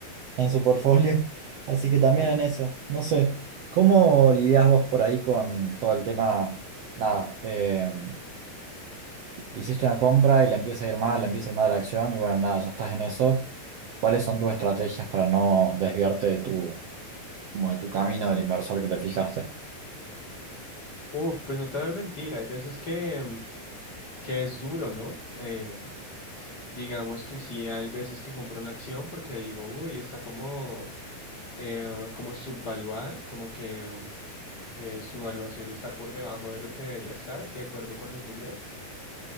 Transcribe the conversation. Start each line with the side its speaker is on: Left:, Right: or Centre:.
Right: en su portfolio. <laughs> Así que también en eso, no sé, ¿cómo lidias vos por ahí con todo el tema? Nada, eh, hiciste una compra y le empieza a ir mal, le empieza a ir mal la acción y bueno, nada, ya estás en eso. ¿Cuáles son tus estrategias para no desviarte de tu, como de tu camino del inversor que te fijaste?
Left: Uf, pues no te voy a mentir, hay veces que, mm, que es duro, ¿no? Eh, digamos que sí, hay veces que compro una acción porque digo, uy, está como, eh, como subvaluada, como que mm, eh, su valuación está por debajo de lo que debería estar, de acuerdo con los números.